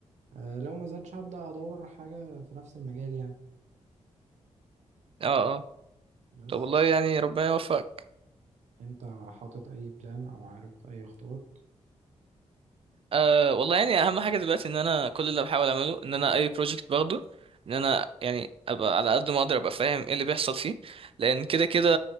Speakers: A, on the right; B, on the right.
A: آه، لو ما زادش هبدأ أدور حاجة في نفس المجال يعني
B: اه اه
A: بس
B: طب والله يعني ربنا يوفقك
A: أنت حاطط أي بلان أو عارف أي خطوات؟
B: آه والله يعني اهم حاجة دلوقتي ان انا كل اللي بحاول اعمله ان انا اي بروجكت باخده ان انا يعني ابقى على قد ما اقدر ابقى فاهم ايه اللي بيحصل فيه لان كده كده